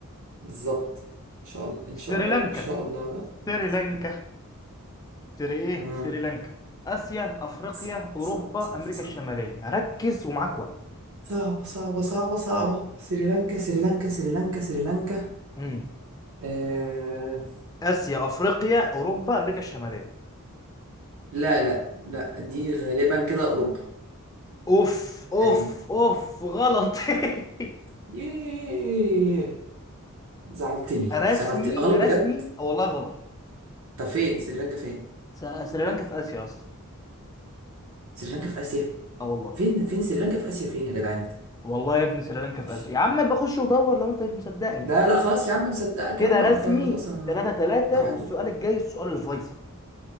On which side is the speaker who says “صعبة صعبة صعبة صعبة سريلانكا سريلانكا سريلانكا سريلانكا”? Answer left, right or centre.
Right